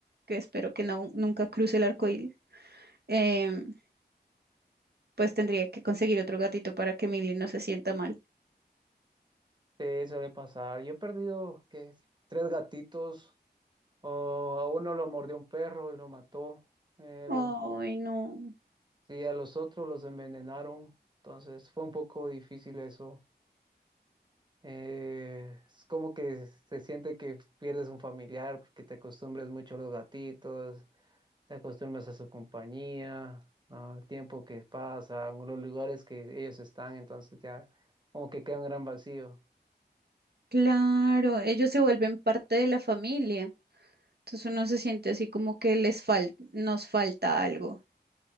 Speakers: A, on the right; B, on the right.
A: que espero que no, nunca cruce el arco iris em, pues tendría que conseguir otro gatito para que Millie no se sienta mal.
B: Te suele pasar. Yo he perdido, ¿qué? Tres gatitos, o a uno lo mordió un perro y lo mató, el-
A: Ay, no.
B: y a los otros los envenenaron, entonces fue un poco difícil eso. Eh, es como que se siente que pierdes un familiar porque te acostumbras mucho a los gatitos, te acostumbras a su compañía, al tiempo que pasa, a los lugares que ellos están, entonces ya como que queda un gran vacío.
A: Claro, ellos se vuelven parte de la familia. Entonces uno se siente así como que les fal nos falta algo.